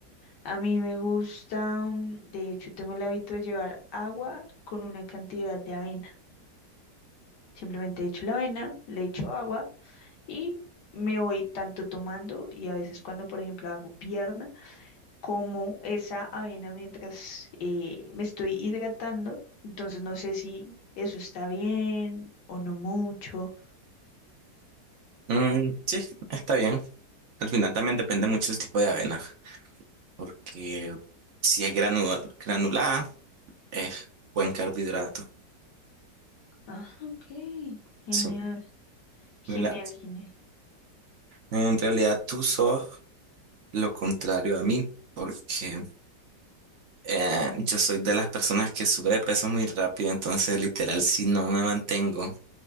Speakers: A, on the left; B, on the right.
A: A mí me gusta, mm, de hecho, tengo el hábito de llevar agua con una cantidad de avena. Simplemente echo la avena, le echo agua y me voy tanto tomando y a veces cuando, por ejemplo, hago pierna, como esa avena mientras eh, me estoy hidratando. Entonces no sé si eso está bien o no mucho.
B: Mm, sí, está bien. Al final también depende mucho el tipo de avena, porque si es granu- granulada, es buen carbohidrato.
A: Ah, ok. Genial,
B: Sí,
A: genial,
B: granulada.
A: genial.
B: En realidad tú sos lo contrario a mí, porque eh, yo soy de las personas que sube de peso muy rápido, entonces literal si no me mantengo